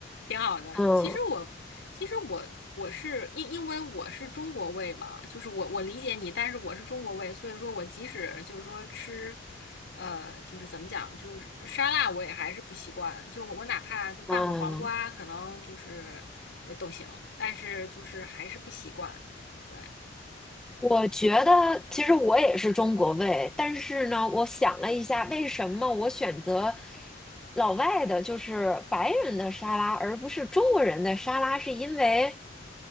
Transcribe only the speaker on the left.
挺好的。
其实我，其实我我是因因为我是中国胃嘛，就是我我理解你，但是我是中国胃，所以说我即使就是说吃，呃，就是怎么讲，就是沙拉我也还是不习惯。就我哪怕就拌个黄瓜，
可能就是呃都行，但是就是还是不习惯。对